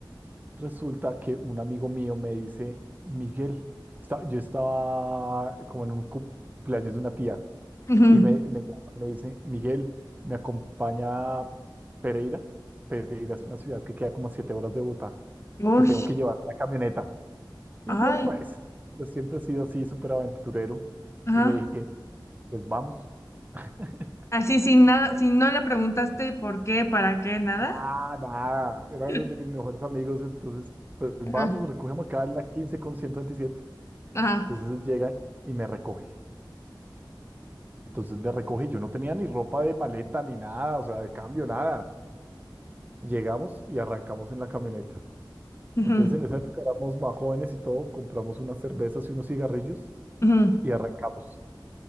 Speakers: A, on the right; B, on the left.
A: Resulta que un amigo mío me dice, Miguel, está- yo estaba como en un cumpleaños de una tía.
B: <laughs> Ujú.
A: Y me, me llama y me dice, Miguel, ¿me acompaña a Pereira? Pereira es una ciudad que queda como a siete horas de Bogotá,
B: Uy,
A: que tengo que llevar una camioneta. Y
B: ay,
A: yo, pues, yo siempre he sido así, súper aventurero.
B: ajá.
A: Y le dije, pues vamos. <laughs>
B: Así sin nada, si no le preguntaste por qué, para qué, nada.
A: Nada, nada. Era
B: <laughs>
A: uno de mis mejores amigos, entonces, pues vamos,
B: Ajá,
A: recogemos acá en la 15 con ciento veintisiete
B: ajá.
A: Entonces llega y me recoge. Entonces me recoge. Yo no tenía ni ropa de maleta ni nada, o sea, de cambio, nada. Llegamos y arrancamos en la camioneta.
B: ujú,
A: Entonces en esa época éramos más jóvenes y todo, compramos unas cervezas y unos cigarrillos
B: ujú.
A: y arrancamos.